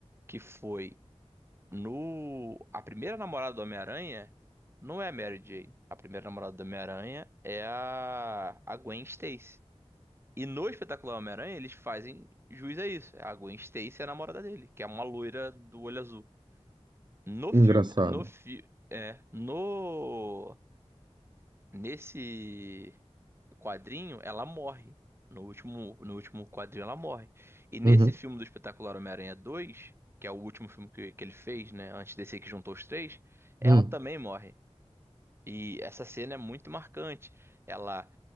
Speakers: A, on the right; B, on the right.
A: que foi. No, a primeira namorada do Homem-Aranha não é a Mary Jane. A primeira namorada do Homem-Aranha é a, a Gwen Stacy. E no Espetacular Homem-Aranha eles fazem jus a isso. A Gwen Stacy é a namorada dele, que é uma loira do olho azul. No filme,
B: Engraçado.
A: no fi, é, no nesse quadrinho, ela morre. No último, no último quadrinho, ela morre. E nesse
B: Uhum,
A: filme do Espetacular Homem-Aranha 2 que é o último filme que, que ele fez, né? Antes desse aí que juntou os três, ela
B: hum,
A: também morre. E essa cena é muito marcante. Ela,